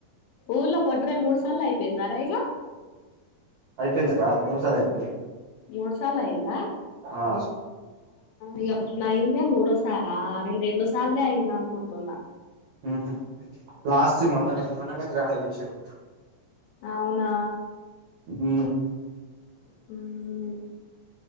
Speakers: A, on the left (about 80°); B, on the right (about 90°).
A: ఊర్ళ బోడ్రే మూడు సార్లు అయిపోయిందారా ఇక
B: అయిపోయిందక్క మూడ్ సార్లు అయిపోయింది
A: మూడ్ సాలా అయ్యిందా
B: ఆ
A: ఇగ మొన్న అయ్యిందే మూడో సారా నేన్ రెండు సార్లే అయిన అన్ తున్నా
B: ఆహ లాస్ట్ మొన్ననే మొన్ననే గ్రాండ్ చేసిరు
A: అవునా
B: ఉ
A: హ్మ్మ్